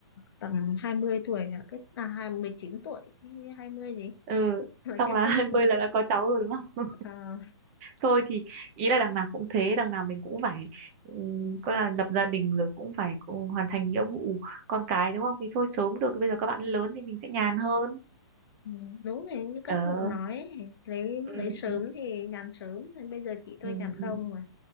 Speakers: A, on the left (about 60°); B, on the right (about 30°).
A: tầm 20 tuổi là kết à, hai- 19 tuổi 20 gì
B: Ừ,
A: Rồi
B: xong
A: kết
B: là
A: hôn
B: <laughs> hai mươi là đã có cháu rồi đúng không
A: ờ,
B: thôi thì ý là đằng nào cũng thế đằng nào mình cũng phải um, coi là lập gia đình rồi cũng phải cũng hoàn thành nghĩa vụ con cái đúng không thì thôi sớm được bây giờ các bạn lớn thì mình sẽ nhàn hơn
A: ừ, đúng rồi như các
B: ờ
A: cụ nói ấy, lấy
B: ừ,
A: lấy sớm
B: ừ,
A: thì nhàn sớm nên bây giờ chị tôi
B: ừ,
A: nhàn không
B: ừ.
A: mà